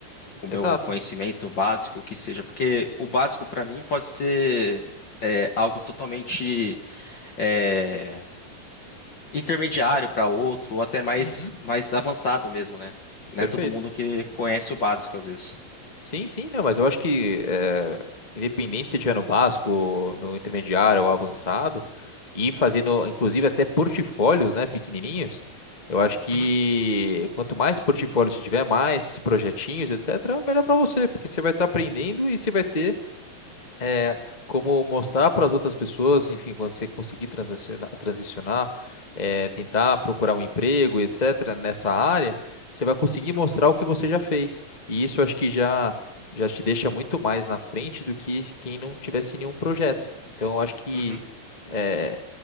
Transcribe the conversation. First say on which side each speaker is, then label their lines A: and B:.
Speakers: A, on the left; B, on the left.
A: o
B: Exato.
A: meu conhecimento básico, que seja, porque o básico para mim pode ser é, algo totalmente é, intermediário para outro, ou até mais,
B: Uhum,
A: mais avançado mesmo, né? Não
B: Perfeito.
A: é todo mundo que conhece o básico às vezes.
B: Sim, sim, não, mas eu acho que eh, independente se estiver no básico, no intermediário ou avançado, e fazendo, inclusive, até portfólios, né, pequenininhos, eu acho que
A: Uhum,
B: quanto mais portfólios você tiver, mais projetinhos, etc., melhor para você, porque você vai estar aprendendo e você vai ter é, como mostrar para as outras pessoas, enfim, quando você conseguir transicionar, transicionar, é, tentar procurar um emprego, etc., nessa área, você vai conseguir
A: uhum,
B: mostrar o que você já fez. E isso eu acho que já, já te deixa muito mais na frente do que quem não tivesse nenhum projeto. Então, eu acho que
A: uhum.
B: é,